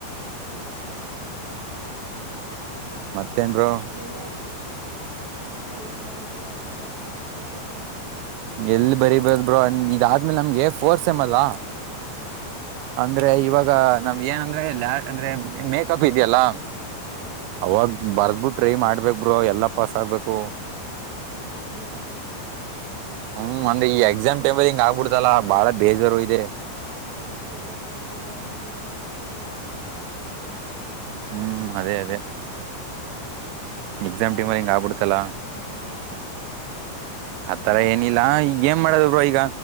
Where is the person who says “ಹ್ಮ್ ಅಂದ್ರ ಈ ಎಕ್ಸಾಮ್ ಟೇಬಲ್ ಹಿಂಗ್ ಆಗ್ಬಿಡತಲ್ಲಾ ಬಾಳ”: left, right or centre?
Right